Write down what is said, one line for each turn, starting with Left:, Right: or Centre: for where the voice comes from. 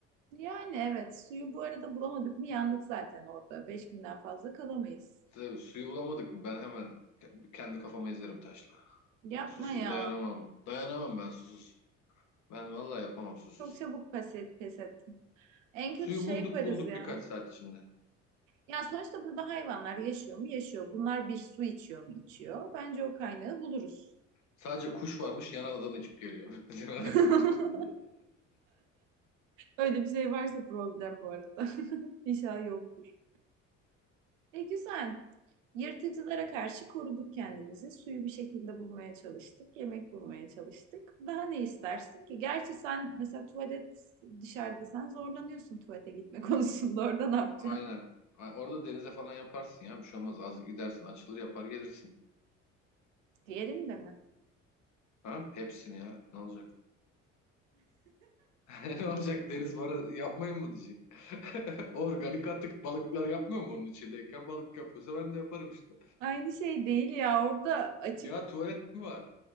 Right: Yani evet, suyu bu arada bulamadık mı yandık zaten orada. Beş günden fazla kalamayız.
Left: Tabii, suyu bulamadık mı? Ben hemen ke- kendi kafama ezerim taşla.
Right: Yapma
Left: Ben susuz
Right: ya.
Left: dayanamam. Dayanamam ben susuz. Ben vallahi
Right: Çok
Left: yapamam susuz.
Right: çok çabuk pes, et, pes ettim. En kötü
Left: Suyu
Right: şey
Left: bulduk
Right: yaparız
Left: bulduk
Right: ya.
Left: birkaç saat içinde.
Right: Ya sonuçta burada hayvanlar yaşıyor mu? Yaşıyor. Bunlar bir su içiyor mu? İçiyor. Bence o kaynağı buluruz.
Left: Sadece kuş varmış yan adadan uçup geliyor. <laughs> Bizim
Right: <laughs> Öyle bir şey varsa problem bu arada. <laughs> İnşallah yoktur. E güzel. Yırtıcılara karşı koruduk kendimizi. Suyu bir şekilde bulmaya çalıştık. Yemek bulmaya çalıştık. Daha ne istersin ki? Gerçi sen mesela tuvalet dışarıda sen zorlanıyorsun tuvalete gitme <laughs> konusunda. Orada ne yapacaksın?
Left: Aynen. A- Orada denize falan yaparsın ya. Bir şey olmaz. Az gidersin açılır yapar gelirsin.
Right: Diğerinde mi? <laughs>
Left: Ha? Hepsini ya. Ne olacak? <laughs> Ne olacak? Deniz bana yapmayın mı diyecek. <laughs> Organik atık balıklar yapmıyor mu onun içindeyken? Balık yapıyorsa ben de yaparım işte.
Right: Aynı şey değil ya. Orada açık
Left: Ya tuvalet mi var?